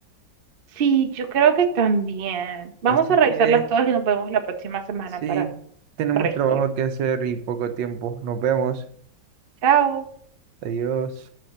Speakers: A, on the right; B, on the right.
A: Sí, yo creo que también. Vamos
B: Así
A: a revisarlas
B: que
A: todas y nos vemos la próxima semana
B: sí,
A: para
B: tenemos
A: regir.
B: trabajo que hacer y poco tiempo. Nos vemos.
A: Chao.
B: Adiós.